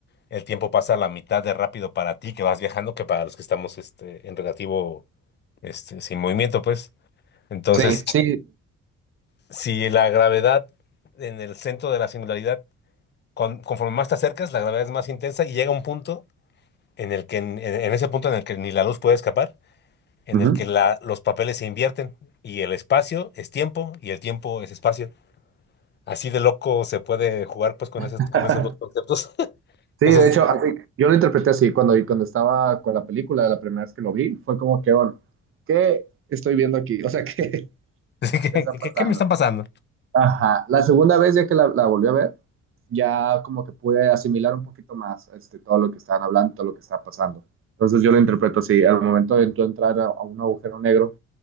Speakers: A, on the left (about 35°); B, on the right (about 45°).
A: el tiempo pasa a la mitad de rápido para ti que vas viajando que para los que estamos este, en relativo, este, sin movimiento, pues. Entonces,
B: Sí, sí.
A: si la gravedad en el centro de la singularidad, con- conforme más te acercas, la gravedad es más intensa y llega un punto en el que, en, en ese punto en el que ni la luz puede escapar, en
B: ujú.
A: el que la- los papeles se invierten y el espacio es tiempo y el tiempo es espacio. Así de loco se puede jugar pues con
B: <laughs>
A: esos, con esos dos conceptos. <laughs>
B: Sí,
A: Entonces,
B: de hecho, así, yo lo interpreté así cuando, cuando estaba con la película, la primera vez que lo vi, fue como que, bueno, ¿qué estoy viendo aquí? <laughs> O sea, ¿qué
A: <laughs>
B: <laughs> está
A: ¿qué, qué-
B: pasando?
A: qué me están pasando?
B: Ajá. La segunda vez ya que la, la volví a ver, ya como que pude asimilar un poquito más este, todo lo que estaban hablando, todo lo que estaba pasando. Entonces yo lo interpreto así, al momento de tú entrar a, a un agujero negro,